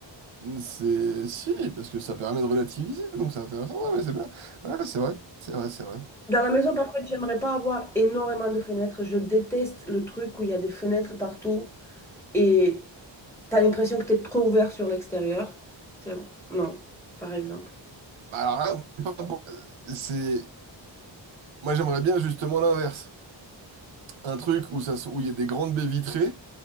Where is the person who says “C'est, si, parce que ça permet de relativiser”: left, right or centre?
Right